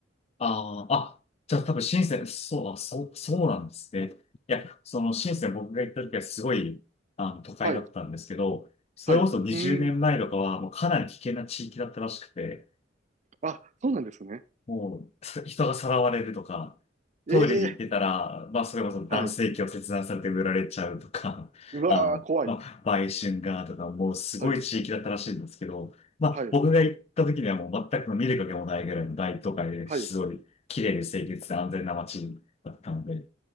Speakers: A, on the left; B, on the right.
A: ああ、あ、じゃあ多分深セン、そう、あ、そう、そうなんですね。いや、その深セン僕が行った時はすごい、あの、都会だったんですけど、
B: はい、
A: それこそ20年前とかはもうかなり危険な地域だったらしくて、
B: はい。うーん。あ、そうなんですね。
A: もう、人がさらわれるとか、トイレに行ってたら、
B: ええ
A: まあ、それこそ男性器を切断されて売られちゃうとか、
B: はい。
A: <laughs>
B: うわー、
A: あの、
B: 怖い。
A: まあ、売春がとか、もうすごい地域だったらしいんですけど、
B: はい、
A: まあ、
B: はい、
A: 僕が行った時にはもう全く見る影もないぐらいの大都会ですごい綺麗で清潔で安全な街だったので、
B: はい。